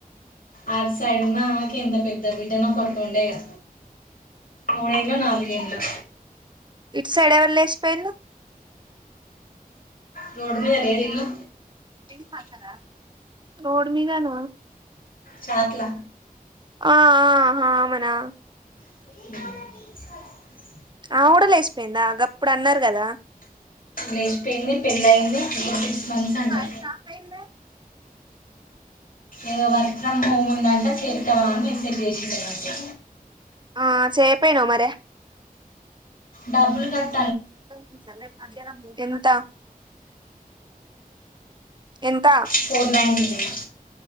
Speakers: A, on the left (about 65°); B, on the right (about 30°).
A: ఆ సైడ్ ఉన్న ఆమేకి ఎంత పెద్ద బిడ్డనో కొడుకొ వుండె గా మూడు ఏండ్లో నాలుగు ఏండ్లో
B: ఇట్ సైడ్ ఎవరు లేస్ పేర్లు
A: రోడ్ మీద లేదు ఇళ్లు
B: పాతద రోడ్ మీదన
A: చాట్ల
B: ఆ ఆ ఆ మనా
A: మన
B: ఆ కూడా లేచిపోయిందా గప్పుడు అన్నారు కదా
A: లేసిపేయింది పెళ్ళి అయింది ఇప్పుడు మంత్స్ అంట
B: పాయ్ స్టాఫ్ అయిందా
A: ఏదో వర్క్ ఫ్రమ్ హోమ్ ఉందంటా చేత్తావా అని మెసేజ్ చేసిండ నాకు
B: ఆ చేయపోయినావు మరే
A: డబ్బులు కర్
B: <inaudible> ఎంత ఎంత
A: ఫోర్ నైన్టీ నైన్